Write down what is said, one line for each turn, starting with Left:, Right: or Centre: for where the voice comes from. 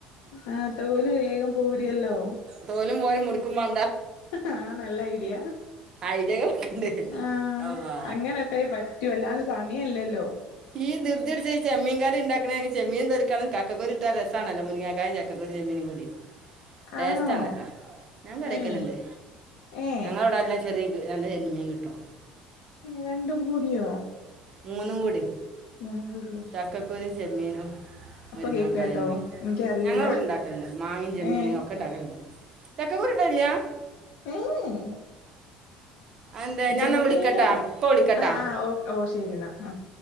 Left: ആഹ് തോല് വേഗം പോരുയല്ലോ
Right: തോലും മുറിക്കും മാ
Left: ആഹ് നല്ല ഐഡിയ
Right: ഐഡിയകളൊക്കെണ്ട്
Left: ആഹ്
Right: അള്ളാ
Left: അങ്ങനെ ക്കെ പറ്റു അല്ലാണ്ട്സമയ ല്ലല്ലോ
Right: ഈ ദിർദി പുടിച്ച്ചമ്മീൻ കറിണ്ടാ ചെമ്മീൻ തൊലിക്കാനും ചക്കക്കുറി ഇട്ട ഒരു രസമാണല്ലോ മുങ്ങാക്കായൻ ചക്കക്കുരും ചെമ്മീൻ കൂടി ടേസ്റ്റ്
Left: ആണോ
Right: ആണല്ല ഞാൻ കരി
Left: ആഹ്
Right: വെക്കല്ഉണ്ട്
Left: ഏഹ്
Right: ഞങ്ങളവിടെ എല്ലാം ചെറിയ നല്ല ചെമ്മീൻ കിട്ടും
Left: രണ്ടും കൂടിയോ
Right: മൂന്നും കൂടി
Left: മൂന്നും കൂടിയൊ
Right: ചക്കക്കുരും ചെമ്മീനും മുരിങ്ങാക്കായും
Left: കേക്കാട്ടോ
Right: കൂടി
Left: എനിക്കറിയൂല
Right: ഞങ്ങ ഇവിടെ ഉണ്ടാക്കലണ്ട് മാങ്ങയും ചെമ്മീനും
Left: ഏഹ്
Right: ഒക്കെ ഉണ്ടാക്കലുണ്ട് ചക്കകൂരുടൽല്ല
Left: ഊഹും
Right: അതെന്തേ ഞാനെന്നാ
Left: ചെമ്മീനു
Right: വിളിക്കട്ടാ ഇപ്പ വിളിക്കട്ടാ
Left: ആഹ് ആഹ് ഓ ഓ ശരി എന്നാ ആഹ്